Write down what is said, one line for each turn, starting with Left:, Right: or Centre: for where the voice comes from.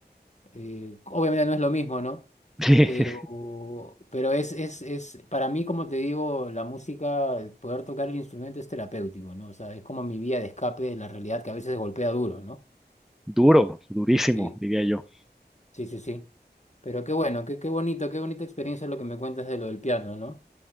Left: eh, obviamente no es lo mismo, ¿no?
Centre: Sí,
Left: Pero, pero es, es, es, para mí, como te digo, la música, el poder tocar el instrumento es terapéutico, ¿no? O sea, es como mi vía de escape de la realidad que a veces golpea duro, ¿no?
Centre: duro, durísimo,
Left: Sí,
Centre: diría yo.
Left: sí, sí, sí. Pero qué bueno, qué, qué bonito, qué bonita experiencia lo que me cuentas de lo del piano, ¿no?